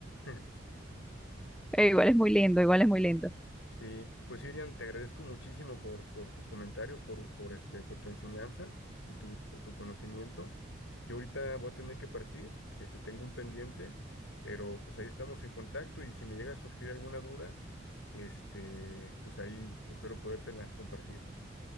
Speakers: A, on the left (about 85°); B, in the centre.
A: <laughs>
B: Eh, igual es muy lindo, igual es muy lindo.
A: Sí, pues sí, Irian, te agradezco muchísimo por, por tus comentarios, por, por, este, por tu enseñanza y tu, tu conocimiento. Yo ahorita voy a tener que partir, este, tengo un pendiente, pero pues ahí estamos en contacto y si me llega a surgir alguna duda, este, pues ahí espero podértela compartir.